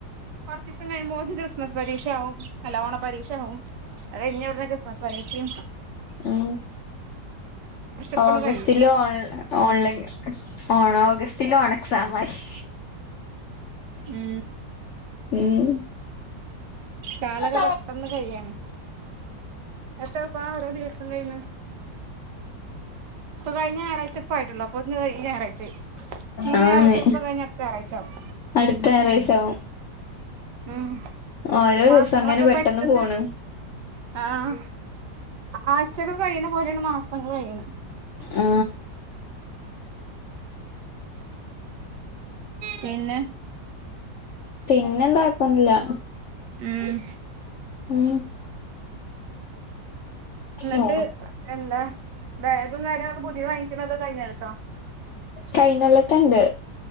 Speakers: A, on the right; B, on the left.
A: കൊറ്ച്ചീസം കഴിബോ ക്രിസ്മസ് പരീക്ഷയാവും അല്ല ഓണ പരീക്ഷവും അത് കയ്ഞ്ഞ ഉടനെ ക്രിസ്മസ് പരിഷിം
B: ഉ
A: ഇപ്പണ്ട്
B: ഓഗസ്റ്റിലും
A: കഴിയും
B: ഓൺ ഓൺലൈൻ ഓണ് ഓഗസ്റ്റിലും ണ് എക്സാം ആയി <inaudible>
A: ഉം
B: ഉം <unintelligible> ഉം
A: കാലൊക്കെ പെട്ടെന്ന് കഴിയാണ് എത്രപ്പാ ഓരോ ദിവസം കഴിയ്ണ് ഇപ്പൊ കഴിഞ്ഞ ഞായറാഴ്ച ഇപ്പ ആയിട്ടുള്ളൂ അപ്പോത്തിന് ഈ ഞായറാഴ്ചയായി ഈ
B: ആ
A: ഞായറാഴ്ച
B: ന്ന്
A: ഇപ്പൊ കഴിഞ്ഞ അടുത്ത ഞായറാഴ്ച ആവും
B: അടുത്ത റായ്ച്ചാവും
A: ഉം
B: ഓരോ
A: മാസങ്ങളൊക്കെ
B: ദിവസം അങ്ങനെ പെട്ടന്ന്
A: പെട്ടെന്ന്
B: പോണ്
A: ആഹ് ആഴ്ചകൾ കഴിയ്ണ പോലെണ് മാസങ്ങൾ കഴിയ്ണ്
B: ആ
A: പിന്നെ
B: പിന്നെ ന്താ ഴപ്പോന്നില്ല
A: ഉം
B: ഉ
A: എന്നിട്ട്
B: ഉ
A: എന്താ <unintelligible>
B: കഴിഞ്ഞല്ലോത്തെ ണ്ട്